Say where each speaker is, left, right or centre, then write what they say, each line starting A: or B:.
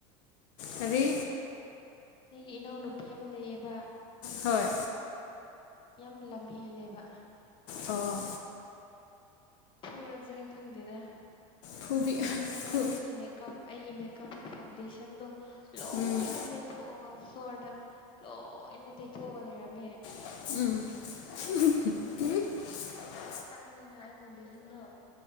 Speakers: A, on the left; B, on the left.
A: ꯀꯔꯤ
B: ꯑꯩꯒꯤ ꯏꯅꯥꯎꯅꯨꯄꯤ ꯑꯃ ꯂꯩꯌꯦꯕ
A: ꯍꯣꯏ
B: ꯌꯥꯝ ꯂꯝ ꯍꯦꯜꯂꯦꯕ
A: ꯑꯣ
B: ꯐꯨꯔꯁꯤꯔꯥ ꯈꯪꯗꯦꯗ
A: ꯐꯨꯕꯤ
B: ꯃꯥꯗꯣ
A: ꯐꯨ
B: ꯑꯩꯒꯤ ꯃꯦꯀꯞ ꯑꯩꯒꯤ ꯃꯦꯀꯞꯀꯤ ꯐꯥꯎꯟꯗꯦꯁꯟꯗꯣ ꯂꯣꯏꯅ
A: ꯎꯝ
B: ꯃꯦꯠꯊꯣꯛꯑꯒ ꯄꯣꯔꯗ ꯂꯣꯏꯅ ꯇꯩꯊꯣꯛꯑꯒ ꯂꯩꯔꯝꯃꯦ
A: ꯎꯝ
B: ꯇꯥꯡꯉꯦꯅ ꯑꯩ ꯐꯥꯎꯟꯗꯦꯁꯟꯗꯣ